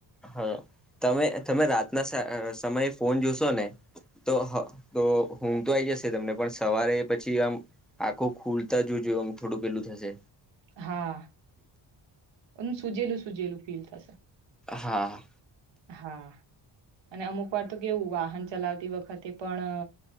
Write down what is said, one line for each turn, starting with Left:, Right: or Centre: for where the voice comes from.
Centre: હા. તમે તમે રાતના સા સમયે ફોન જોશો ને તો તો હું તો આઈ જશે તમને પણ સવારે પછી આમ આખો ખુલતા જોજો આમ થોડું પેલું થશે
Right: હા. એમ સુજેલું સુજેલું ફીલ થશે
Centre: હા.
Right: હા અને અમુક વાર તો કેવું વાહન ચલાવતી વખતે પણ